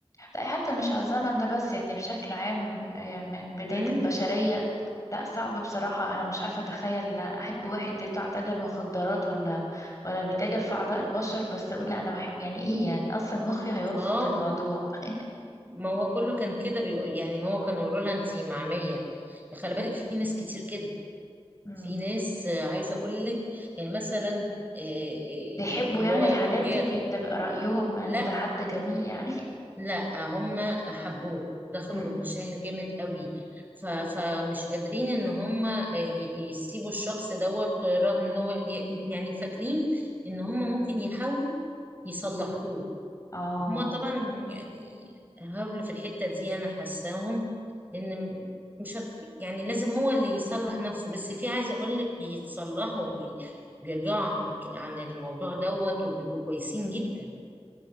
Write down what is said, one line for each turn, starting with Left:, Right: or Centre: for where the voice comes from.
Left: لا حتى مش على الزمن ده بس يعني بشكل عام آه، من بداية
Right: امم
Left: البشرية لا صعب بصراحة أنا مش عارفة أتخيل أحب واحد يطلع تاجر مخدرات ولا ولا بيتاجر في أعضاء البشر بس أقول لا أنا بحب يعني إيه يعني أصلا مخي هيرفض
Right: اه
Left: الموضوع <laughs>
Right: ما هو كله كان كده بيقول يعني هو كانوا يقولوا لها انتي معمية يعني خلي بالك في ناس كتير كده
Left: مم.
Right: في ناس آه، عايزة اقول لك يعني مثلا آه، آه،
Left: بيحبوا
Right: اللي
Left: يعني
Right: هو
Left: الحاجات
Right: تجار
Left: دي بي- ده بيبقى رأيهم إن
Right: لا
Left: ده حد جميل يعني
Right: لا هم حبوه ودخلوا
Left: <laughs> مم.
Right: بالمشاعر جامد قوي ف- فمش قادرين ان هم آه، ي- يسيبوا الشخص دوت رغم ان هو ي- يعني فاكرين ان هم ممكن يحاولوا يصلحوه
Left: آه
Right: هما طبعا يعني هاولوا في الحتة دي أنا حاساهم لأن مش هت... يعني لازم هو اللي يصلح نفسه بس في عايزة أقول لك بيتصلحوا بي... بيرجعوا عن عن الموضوع دوت وبيبقوا كويسين جدا